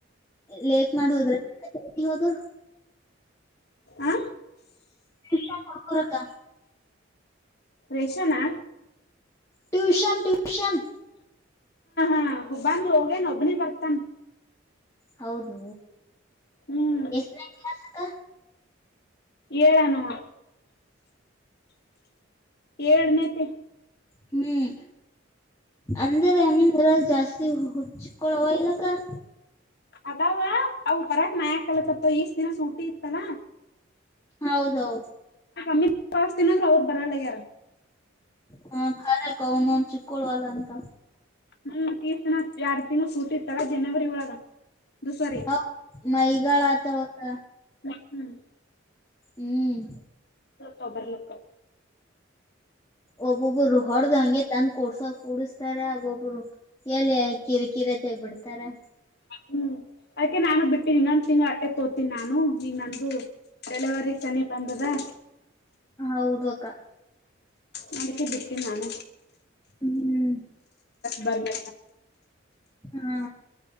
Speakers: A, on the left; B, on the left.
A: ಲೇಕ್ ಮಾಡ ಹೋದ್ರ ಹೋದ್ರ
B: ಆ
A: ಟಷನ್ ಕೊಡ್ಕರಕ್ಕ
B: ರೇಷ್ಮನಾ
A: ಟ್ಯೂಷನ್ ಟ್ಯೂಷನ್
B: ಹ ಹಬ್ಬಾಂದ ಹೋಗೇನ್ ಒಬ್ನೇ ಬರ್ತಾನ
A: ಹೌದು
B: ಹ್ಮ್
A: ಎಷ್ಟತಿಾಸಕ
B: ಏನು ಏಳ್ನೇತಿ
A: ಹ್ಮ್ ಅಂದರೆ ಅನಿಮರ ಜಾಸ್ತಿ ಹುಡ್ಚಕಳ ಇಲ್ಲ ಕ
B: ಅದಾವ ಅವ ಬರಕ್ ನಯಕ್ ಕಲಕತ್ತ ಇಷ್ಟ ದಿನಸ ಊಟಿ ಇತ್ತಲ
A: ಹೌದೌದು
B: ಮ್ಮಿಸ್ತನಂದ್ರ ಅವ್ರು ಬರಲ್ಲಗ್ಯಾರ
A: ಹ ಖರೆ ಕೌ ನನ್ ಚಿಕ್ಕಳ್ ವಲ್ಲ ಅಂತ
B: ನ ತೀರ್ತಿನ ಎರಡು ತಿಂಗಳು ಕೂಟ್ಟಿರ್ತಾರ ಜನವರಿ ಒಳಗ ದದುಸರಿ
A: ಅವ ಮೈಗಳ ಆತವಕ್ಕ
B: ಹ್ಮ
A: ಹ್ಮ್
B: ತೊಬರ್ಲಕ್ಕ
A: ಒಬ್ಬೊಬ್ರು ಹೊಡ್ದ ಹಂಗೆ ತಂದ ಕೊಡ್ಸ ಕುೂಡಸ್ತಾರ ಒಬ್ಬೊಬ್ರು ಎಲ್ಲಿ ಕಿಕಿ ತೆ ಬಿಡ್ತಾರಾ
B: ಹ್ಮ್ ಅದಕಕ್ಕೆ ನಾನು ಬಿಟ್ಟೀನಿ ಇನ್ನೊಂದು ತಿಂಗಗಳು ಅಟ್ಟೆ ತೋತೀನಿ ನಾನು ನೀಂಗ ನಂದು ಡೆಲವರಿ ಸನಿಪ್ ಬಂದದಾ
A: ಹೌದು ಅಕ್ಕ
B: ನದಕ್ಕೆ ಬಿಟ್ಟಿನಾನ
A: ಹ್ಮ್
B: ಬರ್ಲ
A: ಹ್ಮ